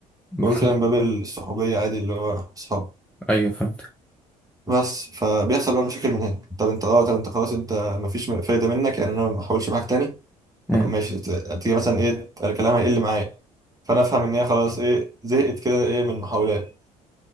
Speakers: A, in the centre; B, on the right.
A: بتهزر
B: بقول كده من باب الصحوبيه عادي اللي هو اصحاب
A: ايوه فهمتك
B: بس فبيحصل بقى مشاكل من هنا طب انت اه طب انت خلاص انت مفيش فايده منك يعني انا ما احاولش معاك تاني
A: مم.
B: طب ماشي ت- تيجي مثلا ايه انا كلامها هيقل معايا فانا افهم ان هي خلاص ايه زهقت كده ايه من المحاولات